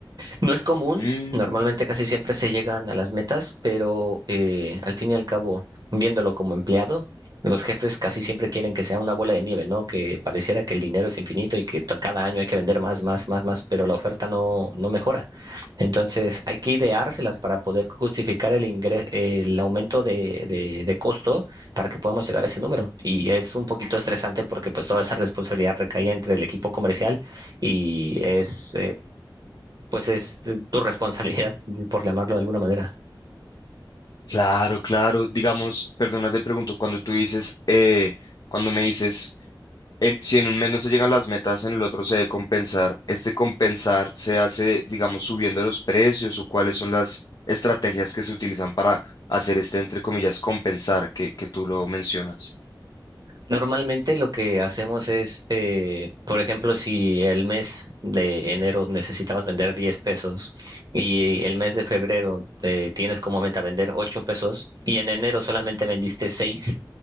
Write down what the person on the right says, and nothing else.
no es común,
normalmente casi siempre se llegan a las metas, pero eh, al fin y al cabo, viéndolo como empleado, los jefes casi siempre quieren que sea una bola de nieve, ¿no? Que pareciera que el dinero es infinito y que to- cada año hay que vender más, más, más, más, pero la oferta no, no mejora. Entonces, hay que ideárselas para poder justificar el ingre- el aumento de, de, de costo para que podamos llegar a ese número. Y es un poquito estresante porque pues toda esa responsabilidad recae entre el equipo comercial y es, pues es eh, tu responsabilidad, <laughs> por llamarlo de alguna manera.
Normalmente lo que hacemos es, eh, por ejemplo, si el mes de enero necesitabas vender 10 pesos y el mes de febrero eh, tienes como meta vender 8 pesos y en enero solamente vendiste seis.